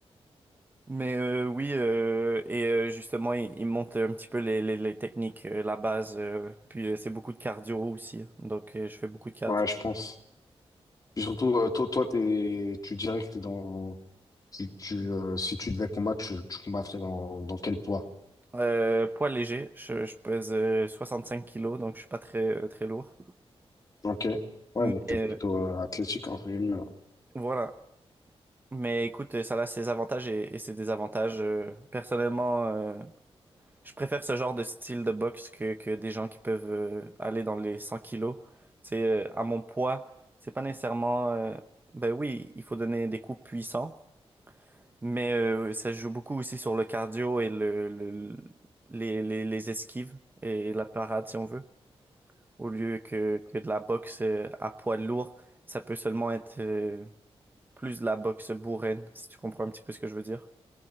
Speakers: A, on the right; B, on the left.
A: Mais euh, oui, euh, et euh, justement, il, il me montre un petit peu les, les, les techniques, euh, la base. euh, puis, euh, c'est beaucoup de cardio aussi. Donc, euh, je fais beaucoup de cardio.
B: Ouais, je pense. Puis surtout, euh, toi, toi t'es, tu dirais que t'es dans. Tu, tu, euh, si tu devais combattre, tu, tu combattrais dans, dans quel poids?
A: Euh, poids léger, je, je pèse euh, 65 kilos, donc je suis pas très, euh, très lourd.
B: Ok. Ouais,
A: Mais
B: donc t'es
A: euh,
B: plutôt euh, athlétique, entre guillemets. hein.
A: voilà. Mais écoute, euh, ça a ses avantages et, et ses désavantages. Euh, personnellement, euh, je préfère ce genre de style de boxe que, que des gens qui peuvent euh, aller dans les 100 kilos. C'est euh, à mon poids, c'est pas nécessairement. euh, ben oui, il faut donner des coups puissants, mais euh, ça joue beaucoup aussi sur le cardio et le, le- les, les, les esquives et la parade si on veut. au lieu que, que de la boxe euh, à poids lourd. Ça peut seulement être euh, plus de la boxe bourraine, si tu comprends un petit peu ce que je veux dire.